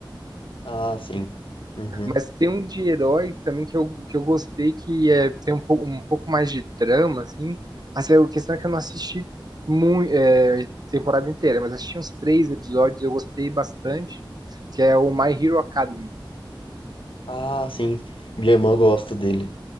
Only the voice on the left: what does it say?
Ah, sim. Uhum.
Ah, sim. Minha irmã gosta dele.